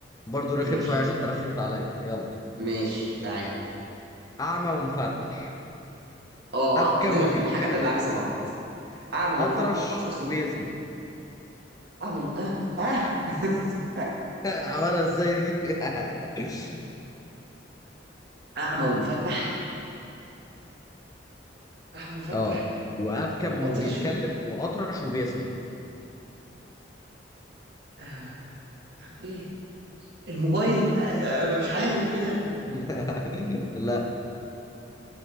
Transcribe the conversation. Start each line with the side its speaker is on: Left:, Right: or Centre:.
Left: برضو رخم
Right: ماشي
Left: شوية عشان انت رخمت عليا يلا
Right: ماشي تعال
Left: اعمى ومفتح
Right: اه
Left: ابكم
Right: آه، ابتدينا
Left: وبيتكلم
Right: في الحاجات اللي عكس بعض أعمى ومفتح
Left: اطرش
Right: أخرس
Left: وبيسمع
Right: وب-
Left: <laughs>
Right: أعمى وم- آه آه <laughs>
Left: عملها ازاي دي <laughs>
Right: أعمى ومفتح آه، مفتح
Left: اه وابكم
Right: قطر
Left: وبيتكلم
Right: الشوب
Left: واطرش وبيسمع
Right: آه ايه الموبايل آه آه، مش عارف ايه ده
Left: <laughs> لا